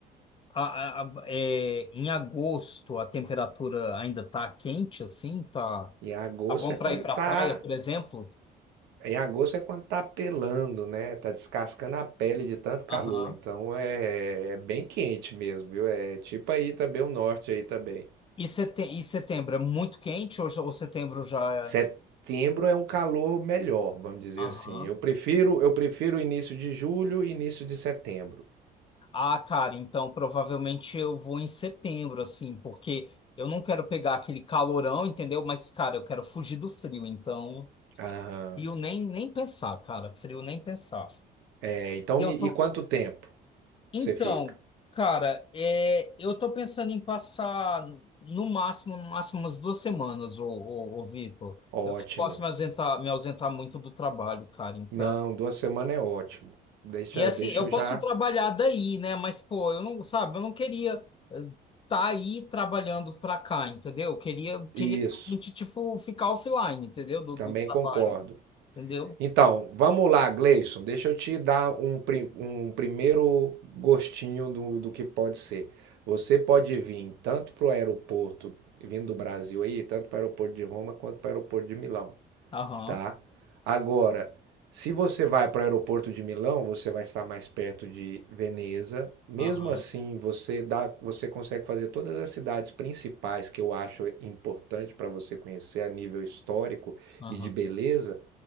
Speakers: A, on the left (about 30°); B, on the right (about 80°).
A: a- a- a- é, em agosto a temperatura ainda tá quente, assim, tá,
B: Em agosto
A: tá bom
B: é
A: para
B: quando
A: ir pra
B: tá
A: praia, por exemplo?
B: Em agosto é quando tá pelando, né? Tá descascando a pele de tanto calor.
A: Aham.
B: Então é, é bem quente mesmo, viu? É tipo aí também o norte aí também.
A: E, sete, e setembro é muito quente ou, já- ou setembro já é?
B: Setembro é um calor melhor, vamos dizer
A: Aham.
B: assim. Eu prefiro, eu prefiro início de julho e início de setembro.
A: Ah, cara, então provavelmente eu vou em setembro, assim, porque eu não quero pegar aquele calorão, entendeu? Mas, cara, eu quero fugir do frio, então.
B: Aham.
A: E eu nem, nem pensar, cara, frio nem pensar.
B: É, então
A: E
B: me-
A: eu
B: e
A: tô.
B: quanto tempo
A: Então,
B: você fica?
A: cara, é, eu tô pensando em passar no máximo, no máximo umas duas semanas, ô, ô, ô Vitor.
B: Ótimo.
A: Eu não posso me ausentar, me ausentar muito do trabalho, cara, Então
B: Não, duas semanas é ótimo. Deixa,
A: E assim,
B: deixa
A: eu
B: eu
A: posso
B: já.
A: trabalhar daí, né? Mas, pô, eu não, sabe, eu não queria estar tá aí trabalhando pra cá, entendeu? Eu queria, eu queria
B: Isso.
A: realmente, tipo, ficar offline, entendeu? Do,
B: Também
A: do trabalho,
B: concordo.
A: entendeu?
B: Então, vamos lá, Gleison. Deixa eu te dar um, pri- um primeiro gostinho do, do que pode ser. Você pode vir tanto para o aeroporto, vindo do Brasil aí, tanto para o aeroporto de Roma quanto para o aeroporto de Milão,
A: Aham,
B: tá? Agora, se você vai para o aeroporto de Milão, você vai estar mais perto de Veneza. Mesmo
A: aham,
B: assim, você dá, você consegue fazer todas as cidades principais que eu acho importante para você conhecer a nível histórico
A: aham,
B: e de beleza